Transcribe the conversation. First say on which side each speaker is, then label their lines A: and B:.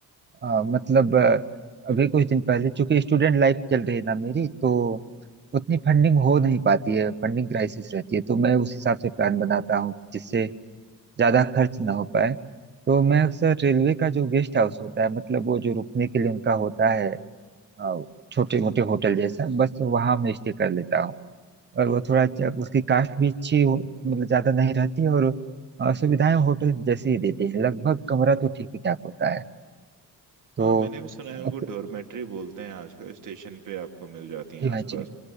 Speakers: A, on the right; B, on the right.
A: अ, मतलब अ, अभी कुछ दिन पहले चूंकि स्टूडेंट लाइफ चल रही ना मेरी तो उतनी फंडिंग हो नहीं पाती है फंडिंग क्राइसिस रहती है तो मैं उस हिसाब से प्लान बनाता हूँ जिससे ज्यादा खर्च ना हो पाए तो मैं अक्सर रेलवे का जो गेस्ट हाउस होता है मतलब वो जो रुकने के लिए उनका होता है अ, छोटे मोटे होटल जैसा बस वहां मैं स्टे कर लेता हूँ और वो थोड़ा च- उसकी कास्ट भी अच्छी हो मतलब ज्यादा नहीं रहती और अ, सुविधाएं होटल जैसे ही देते हैं लगभग कमरा तो ठीक ही ठाक होता है तो
B: हाँ मैंने भी सुना है उनको
A: अप-
B: डॉर्मेट्री बोलते हैं आजकल स्टेशन पे आपको मिल जाती हैं
A: जी
B: आसपास
A: हाँ जी